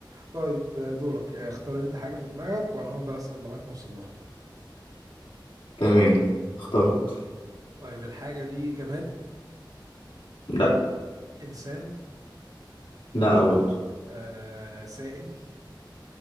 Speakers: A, on the right; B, on the left.
A: طيب آه، دورك آه، اختار انت حاجة في دماغك وانا هفضل اسأل لغاية ما اوصل لها
B: تمام اخترت
A: طيب الحاجة دي جماد
B: لا
A: انسان
B: لا برضو
A: آه سائل